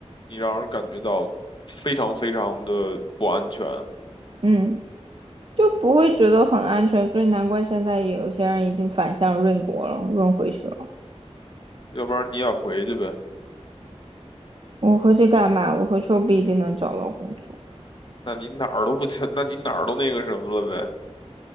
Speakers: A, on the left (about 45°); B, on the right (about 50°).
A: 你让人感觉到非常非常的不安全，
B: 嗯，就不会觉得很安全，所以难怪现在有些人已经反向润国了，润回去了。
A: 要不然你也回去呗，
B: 我回去干嘛？我回去又不一定能找到工作，
A: 那你哪儿都不去，那你哪儿都那个什么了呗，